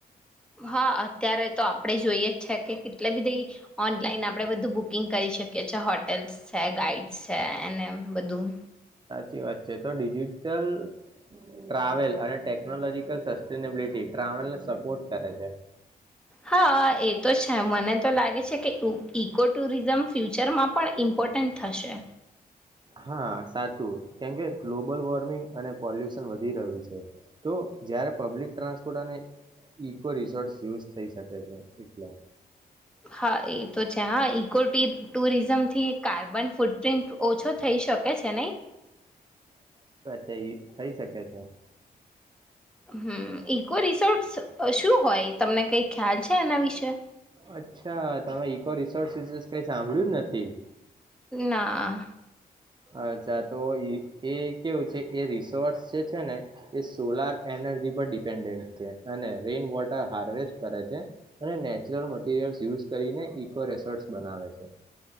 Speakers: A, in the centre; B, on the right (about 30°).
A: હા અત્યારે તો આપણેે જોઈએ જ છે કે કેટલી બીધી ઓનલાઈન આપણે બધું બુક બુકિંગ કરી શકીએ છીએ હોટેલ્સ છે ગાઈડ્સ છે એને બધું
B: સાચી વાત છે તો ડિજિટલ ટ્રાવેલ અને ટેકનોલોજીકલ સસ્ટેનેબિલટી ટ્રાવેલ ને સપોર્ટ કરે છે
A: હા એ તો છે મને તો લાગે છે કે ઇકો ટુરિઝમ ફ્યુચરમાં પણ ઇમ્પોર્ટન્ટ થશે
B: હા સાચું કેમકે ગ્લોબલ વોર્મિંગ અને પોલ્યુશન વધી રહ્યું છે તો જયારે પબ્લિક ટ્રાન્સપોર્ટ અને ઈકો રિસોર્સ યુઝ થઈ શકે છે એટલે
A: હા એ તો છે હા ઇકો ટુરિઝમથી કાર્બન ફૂટ પ્રિન્ટ ઓછો થઈ શકે છે નહીં
B: છ થઈ શકે છે
A: હમ ઈકો રિસોર્ટસ શું હોય તમને કઈ ખ્યાલ છે એના વિશે
B: અચ્છા તમે ઈકો રિસોર્સ કઈ સાંભળ્યું જ નથી
A: ના
B: અચ્છા તો એ કેવું છે એ રિસોર્ટસ જે છે ને એ સોલાર એનર્જી પર ડિપેન્ડન્ટ છે અને રેન વોટર હાર્વેસ્ટ કરે છે અને નેચરલ મટીરિયલ્ યુઝ કરીને ઇકો રિસોર્ટસ બનાવે છે